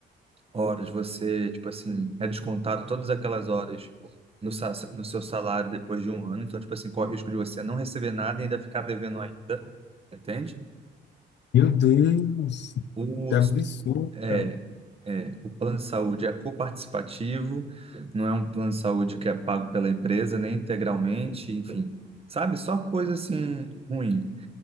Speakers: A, on the right; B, on the left.
A: horas, você, tipo assim, é descontado todas aquelas horas no, sa- no seu salário depois de um ano. Então, tipo assim, corre o risco de você não receber nada e ainda ficar devendo ainda, entende?
B: Meu Deus,
A: O
B: que absurdo,
A: É,
B: cara.
A: é, o plano de saúde é coparticipativo, não é um plano de saúde que é pago pela empresa, nem integralmente, enfim, sabe? Só coisa assim ruim.